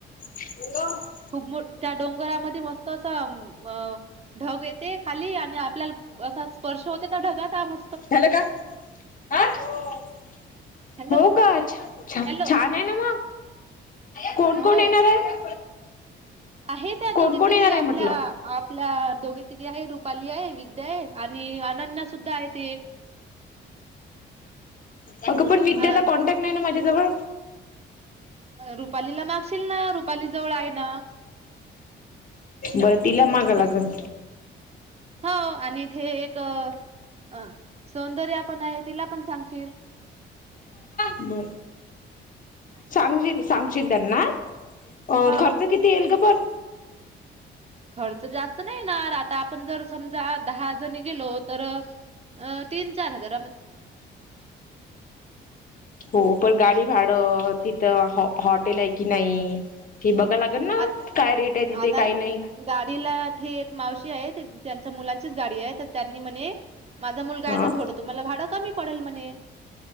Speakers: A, on the left; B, on the right.
A: हॅलो.
B: खूप मोठ त्या डोंगरामध्ये मस्त असं ढग येते खाली आणि आपल्याला. अस स्पर्श होते तर ढगाचा म.
A: झाला का ह <unintelligible>
B: हॅलो
A: हो का छान
B: हॅलो
A: आहे ना मग? कोण
B: हो
A: कोण येणार आहे?
B: आहे त्या
A: कोण
B: दोघी
A: कोण
B: तिघी
A: येणार आहे
B: आपल्या,
A: म्हटलं
B: आपल्या दोघी तिघी आहे रुपाली हाय. विद्या हाय आणि अनन्या सुद्धा आहे ते
A: अगं पण विद्याचा
B: अ
A: कॉन्टॅक्ट नाही ना माझ्याजवळ.
B: रुपालीला मागशील नां रुपाली जवळ आहे नां.
A: बरतीला मागं
B: रु
A: लागनं.
B: हो आणि इथे एक अ -- सौंदर्या पण आहे तिला पण सांगशील.
A: ब सांगशील, सांगशील त्यांना हं. अ
B: हो
A: खर्च किती येईल ग पण?
B: खर्च जास्त नाही येणार. आता आपण जर समजा दहा जणी गेलो तर तीन चार हजार.
A: हो. पण गाडी भाडं तिथं हॉटेल हाय की नाही - ना
B: आत
A: काय रेट आहे तिथे
B: आता
A: काही नाही.
B: गाडीला ते एक मावशी आहे त्यांच्या मुलांचीच गाडी आहे तर त्यांनी म्हणे माझा मुल गा
A: हा
B: हाय तर थोडं तुम्हाला भाडं कमी पडेल म्हणे.